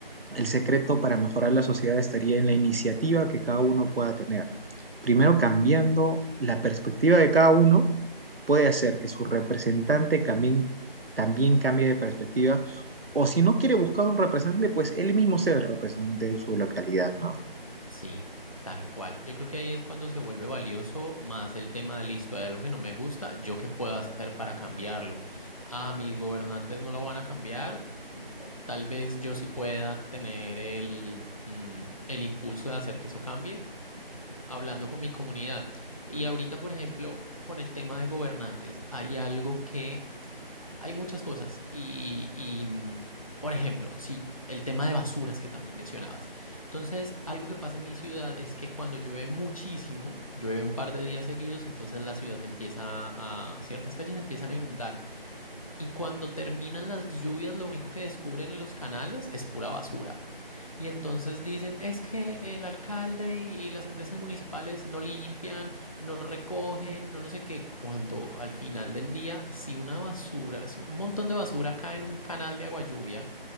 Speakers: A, on the right; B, on the left.
A: el secreto para mejorar la sociedad estaría en la iniciativa que cada uno pueda tener. Primero, cambiando la perspectiva de cada uno, puede hacer que su representante también, también cambie de perspectiva o si no quiere
B: Sí.
A: buscar un representante, pues él mismo sea el representante de su localidad, ¿no?
B: Sí, tal cual. Yo creo que ahí es cuando se vuelve valioso más el tema de listo, hay algo que no me gusta, ¿yo qué puedo hacer para cambiarlo? A mis gobernantes no lo van a cambiar. b- Tal vez yo sí pueda tener el, mm, el impulso de hacer que eso cambie hablando con mi comunidad. Y ahorita, por ejemplo, con el tema de gobernantes, hay algo que hay muchas cosas y, y, mm, por ejemplo, si el tema de basuras que también mencionabas. Entonces, algo que pasa en mi ciudad es que cuando llueve muchísimo, llueve un par de días seguidos, entonces la ciudad se empieza a, ciertas calles se empiezan a inundar. Y cuando terminan las lluvias, lo único que descubren en los canales es pura basura. Y entonces dicen, es que el alcalde y, y las empresas municipales no limpian, no recogen, no no sé qué, cuando al final del día, si una basura, si un montón de basura cae en un canal de agua lluvia,